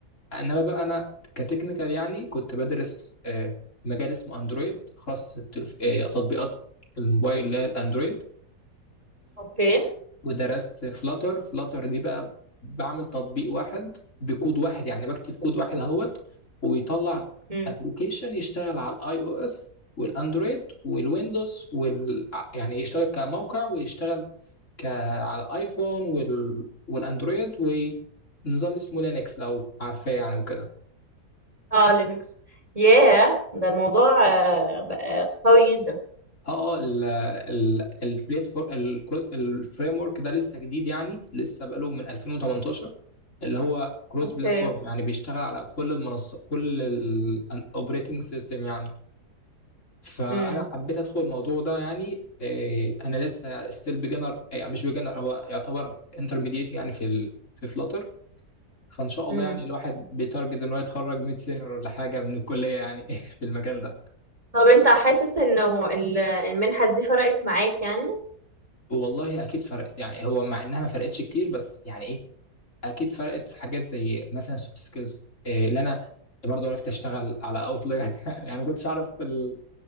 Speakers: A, on the left; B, on the right.
A: انما بقى انا كتكنيكال يعني كنت بدرس آه، مجال اسمه اندرويد خاص بتلف- آه، تطبيقات الموبايل اللي هي الاندرويد
B: اوكي
A: ودرست فلاتر فلاتر دي بقى بعمل تطبيق واحد بكود واحد يعني بكتب كود واحد اهوت ويطلع
B: امم
A: ابلكيشن يشتغل على الاي او اس والاندرويد والويندوز وال يعني يشتغل كموقع ويشتغل ك... على الايفون وال... والاندرويد ونظام اسمه لينكس لو عارفاه يعني وكده
B: اه لينكس ياه ده الموضوع آه، بقى قوي جدا
A: اه اه، ال ال البليت فور الفريم ورك ده لسه جديد يعني لسه بقاله من 2018 اللي هو كروس
B: اوكي
A: بلاتفورم يعني بيشتغل على كل المنصات كل الاوبريتنج سيستم يعني فانا
B: امم
A: حبيت ادخل الموضوع ده يعني إيه انا لسه ستيل بيجنر يعني مش بيجنر هو يعتبر انترميديت يعني في ال في فلاتر فان شاء الله
B: امم
A: يعني الواحد بيتارجت ان هو يتخرج ميد سينيور ولا حاجه من الكليه يعني <laughs> في المجال ده
B: طب انت حاسس انه ال- المنحة دي فرقت معاك يعني
A: والله اكيد فرقت يعني هو مع انها ما فرقتش كتير بس يعني إيه، اكيد فرقت في حاجات زي مثلا سوفت سكيلز اللي انا برضو عرفت اشتغل على اوتلاير <laughs> يعني ما كنتش اعرف ال-